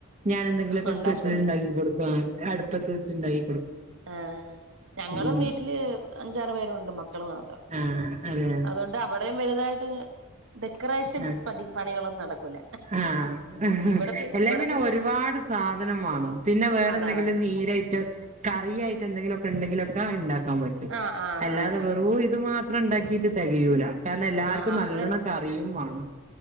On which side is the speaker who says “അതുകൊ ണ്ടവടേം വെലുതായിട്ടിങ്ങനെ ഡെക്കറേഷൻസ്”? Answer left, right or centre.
Right